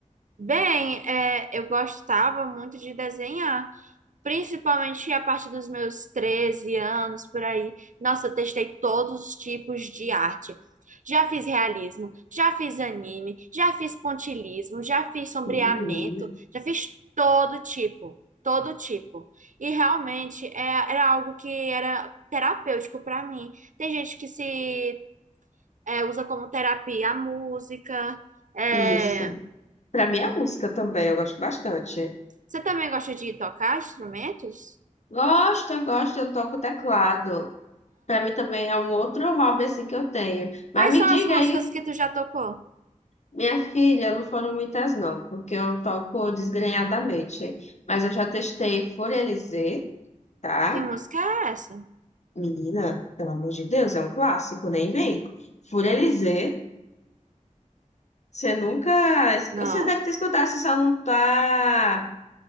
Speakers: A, on the right; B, on the left.
A: Bem, é, eu gostava muito de desenhar. Principalmente a partir dos meus 13 anos, por aí. Nossa, eu testei todos os tipos de arte. Já fiz realismo, já fiz anime, já fiz pontilhismo, já fiz sombreamento,
B: Menina,
A: já fiz todo tipo, todo tipo. E realmente é, era algo que era terapêutico para mim. Tem gente que se é, usa como terapia a música. é.
B: isso. Pra mim é música também, eu gosto bastante.
A: Você também gosta de tocar instrumentos?
B: Gosto, eu gosto, eu toco teclado. Para mim também é um outro hobby assim que eu tenho. Mas
A: Quais
B: me
A: são
B: diga
A: as músicas
B: aí,
A: que tu já tocou?
B: minha filha, não foram muitas não, porque eu toco desgrenhadamente. Mas eu já testei Furelizé, tá?
A: Que música é essa?
B: Menina, pelo amor de Deus, é um clássico, nem vem. Furelizé, você nunca... es-
A: Não.
B: Você deve ter escutado, você só não tá